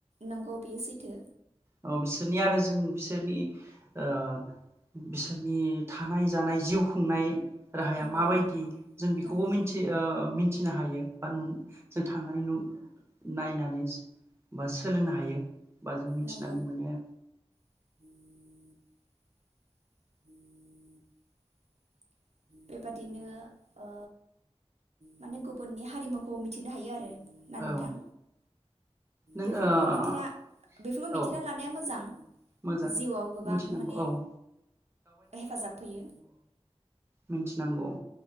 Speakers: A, on the right; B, on the right.
A: नंगौ बेयो सैथो
B: अ बिसोरनि आरो जों बिसोरनिओ बिसोरनि थानाय जानाय जिउ खुंनाय राहाया
A: नंगौ
B: माबायदि जों बेखौबो
A: नंगौ
B: मिथि ओ मिथि फिनो हायो बा न जों थांनानै नु नायनानै बा सोलोंनो हायो बा जों मिथिनानै
A: नंगौ
B: मोनो
A: <inaudible> <inaudible> बेबादिनो ओ माने गुबुननि हारिमुखौ मिथिनो हायो ना
B: औ
A: नोंथां
B: नों
A: बेफोरखौ
B: ओ
A: मिथिना मिथिना
B: औ
A: लानाया मोजां
B: मोजां
A: जिउ आव गोबां
B: मिथिनांगौ
A: माने
B: औ
A: हेफाजाब फैयो
B: मिनथिनांगौ